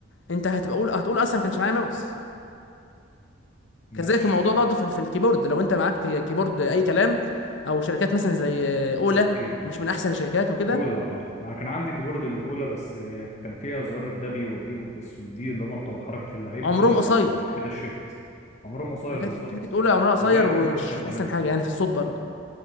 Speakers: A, on the left; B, on the left.
A: انت هتبقى قول هتقول اصلا ما كانش معايا ماوس
B: ماشي
A: كذلك الموضوع برضه في, ال- في الكيبورد لو انت معاك كي- كيبورد اي كلام او شركات مثلا زي آه، اولا
B: اوكي
A: مش
B: تمام.
A: من احسن الشركات وكده
B: اولى اه ما كان عندي كيبورد من اولى بس آه، كان فيها زرار الدبليو والاي والاس والدي اللي هم بتوع حركه اللعيب
A: عمرهم
B: بداوا يبوظوا
A: قصير
B: بعد كده الشيفت عمرهم قصير
A: شركات-
B: بالظبط
A: شركه اولا عمرها قصير
B: وباقي الكيبورد
A: ومش
B: كانت
A: احسن
B: تمام
A: حاجه يعني في الصوت برضه